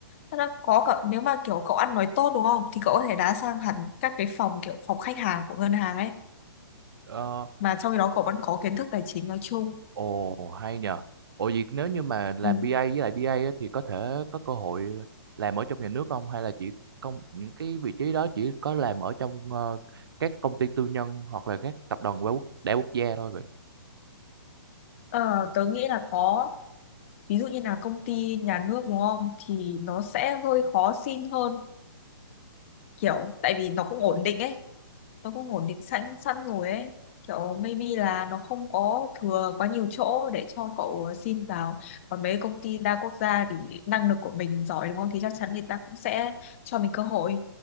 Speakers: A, on the left (about 35°); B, on the right (about 75°).
A: Thế là có cả, nếu mà kiểu cậu ăn nói tốt đúng không thì cậu có thể đá sang hẳn các cái phòng kiểu phòng khách hàng của ngân hàng ấy
B: Ờ,
A: mà trong khi đó cậu vẫn có kiến thức tài chính nói chung
B: Ồ hay nhờ. Ồ vậy nếu như mà làm
A: ừ.
B: BA với lại DA á, thì có thể có cơ hội làm ở trong nhà nước không hay là chỉ công những cái vị trí đó chỉ có làm ở trong ờ, các công ty tư nhân hoặc là các tập đoàn đa quốc, đa quốc gia thôi vậy?
A: Ờ, tớ nghĩ là có ví dụ như là công ty nhà nước đúng không thì nó sẽ hơi khó xin hơn kiểu tại vì nó cũng ổn định ấy nó cũng ổn định sẵn sẵn rồi ấy kiểu maybe là nó không có thừa quá nhiều chỗ để cho cậu xin vào còn mấy công ty đa quốc gia thì năng lực của mình giỏi đúng không thì chắc chắn người ta cũng sẽ cho mình cơ hội